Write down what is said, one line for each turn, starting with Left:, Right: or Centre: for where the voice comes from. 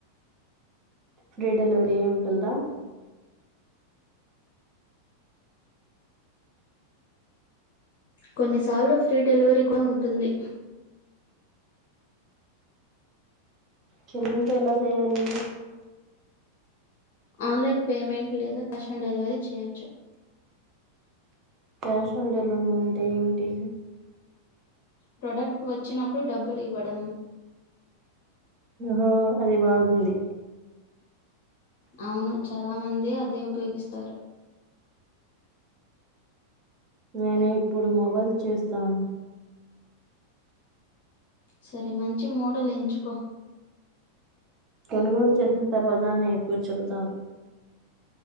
Right: ఫ్రీ డెలివరీ ఉంటుందా
Left: కొన్నిసార్లు ఫ్రీ డెలివరీ కూడా ఉంటుంది
Right: చిల్డ్రన్ తో ఎలా చదవాలి
Left: ఆన్లైన్ పేమెంట్ లేదా క్యాష్ ఆన్ డెలివరీ చేయొచ్చు
Right: క్యాష్ ఆన్ డెలివరీ ఆ అంటే ఏంటి
Left: ప్రొడక్ట్ వచ్చినప్పుడు డబ్బులు ఇవ్వడం
Right: ఆహా అది బాగుంది
Left: అవును చాలా మంది అదే ఉపయోగిస్తారు
Right: నేను ఇప్పుడు మొబైల్ చేస్తాను
Left: సరే మంచి మోడల్ ఎంచుకో
Right: కొనుగోలు చేసిన తర్వాత నీకు చెబుతాను